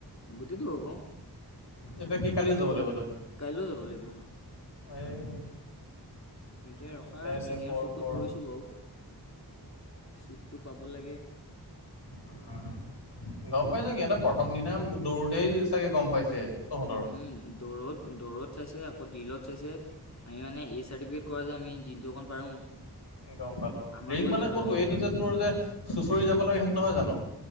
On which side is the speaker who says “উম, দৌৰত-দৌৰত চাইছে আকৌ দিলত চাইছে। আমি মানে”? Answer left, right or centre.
Left